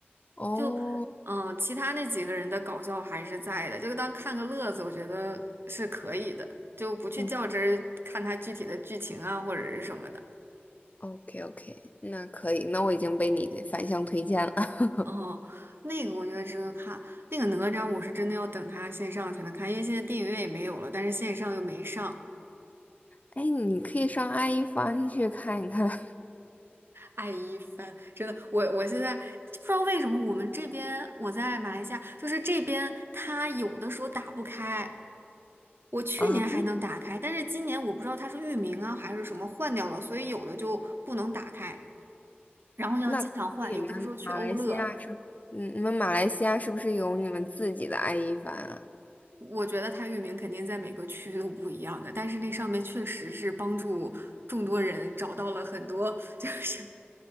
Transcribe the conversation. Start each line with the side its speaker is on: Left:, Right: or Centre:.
Left: 哦，
Right: 就嗯、呃其他那几个人的搞笑还是在的，就当看个乐子，我觉得是可以的，就不去较真儿看他具体的剧情啊或者是什么的。
Left: 嗯，OK OK，那可以，那我已经被你的反向推荐了。<laughs>
Right: 哦，那个我觉得值得看，那个哪吒我是真的要等他线上才能看，因为现在电影院也没有了，但是线上又没上。
Left: 哎，你可以上爱一帆去看一看 <laughs>
Right: 爱一番，真的，我我现在不知道为什么我们这边我在马来西亚，就是这边它有的时候打不开。我去年还能打开，
Left: 啊。
Right: 但是今年我不知道它是域名啊还是什么换掉了，所以有的就不能打开，然后要经常换。
Left: 那可能你们马来西亚是，
Right: 有的时候去欧乐，
Left: 嗯，你们马来西亚是不是有你们自己的爱一帆啊？
Right: 我觉得它域名肯定在每个区都不一样的，但是那上面确实是帮助众多人找到了很多 <laughs> 就是